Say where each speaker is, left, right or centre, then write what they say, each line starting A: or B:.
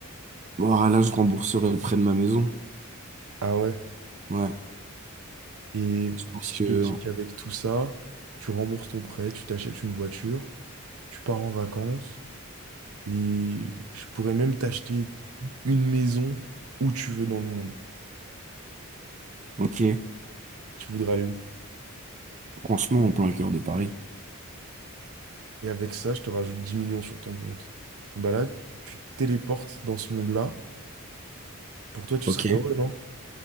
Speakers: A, on the right (about 35°); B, on the right (about 75°).
A: Bon, là, je rembourserai le prêt de ma maison.
B: Ah ouais.
A: Ouais,
B: Et
A: je pense
B: si
A: que...
B: je te dis qu'avec tout ça, tu rembourses ton prêt, tu t'achètes une voiture, tu pars en vacances, et je pourrais même t'acheter une maison où tu veux dans le monde.
A: Ok,
B: Tu voudrais aller où?
A: franchement, en plein cœur de Paris.
B: Et avec ça, je te rajoute 10 millions sur ton compte. Bah là, tu te téléportes dans ce monde-là. Pour toi, tu
A: Ok.
B: serais heureux, non?